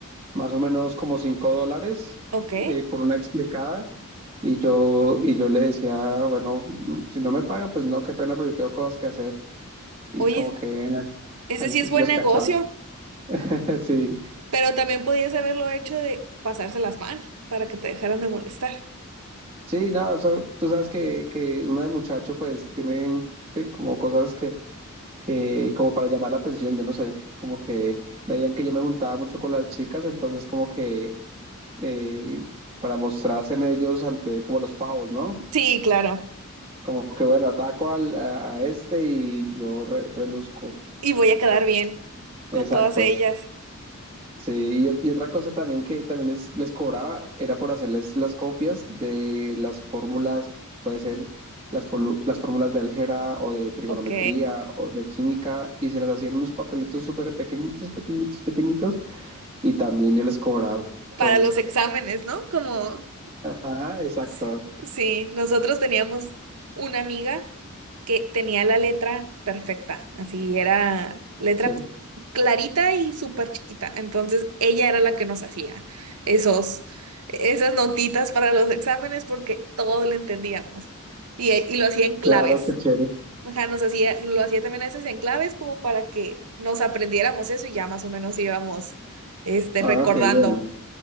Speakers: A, on the right; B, on the right.
A: más o menos como 5 dólares
B: Ok.
A: eh, por una explicada, y yo, y yo le decía, bueno, mm, si no me paga, pues no, qué pena, pero yo tengo cosas que hacer, y
B: Oye,
A: como que eh,
B: ese
A: ahí
B: sí
A: sí
B: es buen
A: los
B: negocio,
A: cachaba, <laughs> sí,
B: pero también podías haberlo hecho de pasárselas mal para que te dejaran de molestar.
A: sí, no, eso, tú sabes que, que uno de muchacho pues tiene, sí, como cosas que que como para llamar la atención, yo no sé, como que veían que yo me juntaba mucho con las chicas, entonces como que eh, para mostrarse en ellos ante como los pavos, ¿no?
B: Sí, claro.
A: Como que bueno, ataco al, a, a este y yo re- reluzco.
B: Y voy a quedar bien con
A: Exacto.
B: todas ellas.
A: Sí, y, y otra cosa también que también les, les cobraba era por hacerles las copias de las fórmulas, puede ser las, folu- las fórmulas de álgebra o de trigonometría
B: Ok.
A: o de química, y se las hacían unos papelitos súper pequeñitos, pequeñitos, pequeñitos, y también yo les cobraba todo
B: Para los
A: eso.
B: exámenes, ¿no? Como
A: Ajá, exacto.
B: Sí, sí, nosotros teníamos una amiga que tenía la letra perfecta, así era letra
A: Sí,
B: clarita y súper chiquita. Entonces ella era la que nos hacía esos, esas notitas para los exámenes porque todo lo entendíamos y, y lo hacía en claves.
A: claro, qué chévere.
B: Ajá, nos hacía, lo hacía también a veces en claves como para que nos aprendiéramos eso y ya más o menos íbamos este,
A: Ah,
B: recordando
A: qué bien,